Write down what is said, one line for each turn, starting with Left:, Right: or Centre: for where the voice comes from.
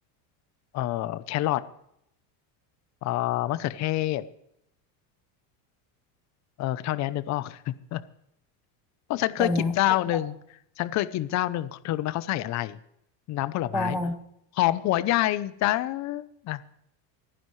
Left: เอ่อแครอทเอ่อมะเขือเทศเออเท่านี้นึกออก <laughs> เพราะฉันเคยกินเจ้าหนึ่ง
Centre: เดี๋ยวนะแต่ละ
Left: ฉันเคยกินเจ้าหนึ่งเธอรู้ไหมเขาใส่อะไรน้ำผลไม้
Centre: แต่อะไร
Left: หอมหัวใหญ่จ้าอ่ะ